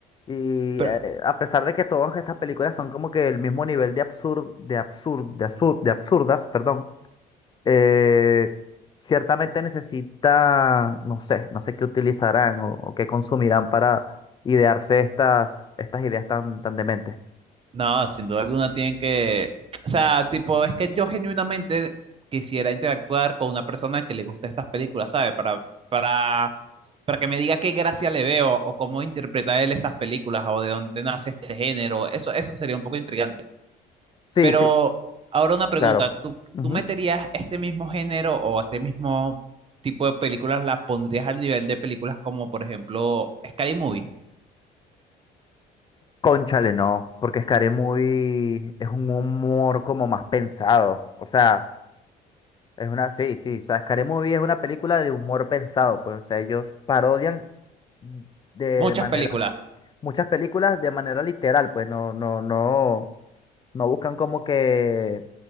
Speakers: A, on the left; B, on the right.
A: Y
B: Pero,
A: eh, a pesar de que todas estas películas son como que el mismo nivel de absurdo, de absurdo, de absur- de absurdas, perdón, eh, ciertamente necesita, no sé, no sé qué utilizarán o, o qué consumirán para idearse estas, estas ideas tan, tan dementes.
B: No, sin duda alguna tienen que, o sea, tipo, es que yo genuinamente quisiera interactuar con una persona que le gusta estas películas, ¿sabes? Para, para, para que me diga qué gracia le veo o cómo interpreta él esas películas o de dónde nace este género. Eso, eso sería un poco intrigante.
A: Sí,
B: Pero
A: sí,
B: ahora una pregunta,
A: claro.
B: ¿tú,
A: Ujú.
B: tú meterías este mismo género o este mismo tipo de películas, las pondrías al nivel de películas como, por ejemplo, Scary Movie?
A: Cónchale, no, porque Scary Movie es un humor como más pensado, o sea. Es una, sí, sí, o sea, Scary Movie es una película de humor pensado, pues, o sea, ellos parodian de
B: Muchas
A: manera,
B: películas.
A: muchas películas de manera literal, pues, no, no, no, no buscan como que